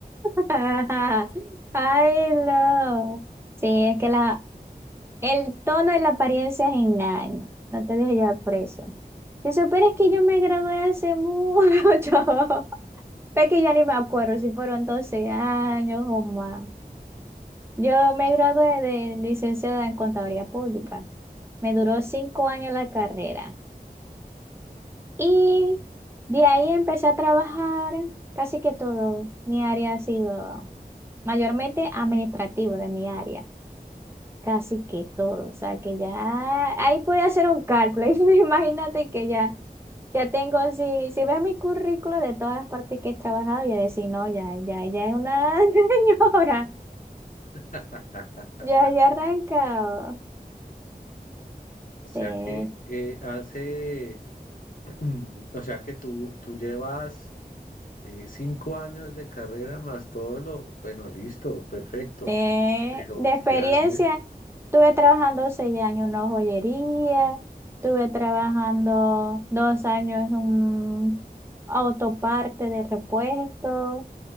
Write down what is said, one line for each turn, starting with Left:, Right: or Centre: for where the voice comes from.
Right: <laughs> Ajá. Ay, no. Sí, es que la, el tono y la apariencia engañan. No te dejes llevar por eso. Si supieras que yo me gradué hace mucho, <laughs> es que ya ni me acuerdo si fueron 12 años o más. Yo me gradué de licenciada en Contaduría Pública. Me duró cinco años la carrera. Y de ahí empecé a trabajar casi que todo. Mi área ha sido mayormente administrativo de mi área. casi que todo. O sea, que ya ahí puede hacer un cálculo. <laughs> Ahí imagínate que ya, ya tengo, si, si ves mi currículo de todas las partes que he trabajado, ya decir, no, ya, ya, ya es una <laughs> señora.
Left: <laughs>
Right: Ya, ya he arrancado.
Left: O sea
Right: De,
Left: que eh, hace, <clears throat> o sea que tú, tú llevas eh, cinco años de carrera más todo lo, bueno, listo, perfecto,
Right: de,
Left: pero
Right: de
Left: realmente,
Right: experiencia, estuve trabajando seis años en una joyería, estuve trabajando dos años en un autoparte de repuesto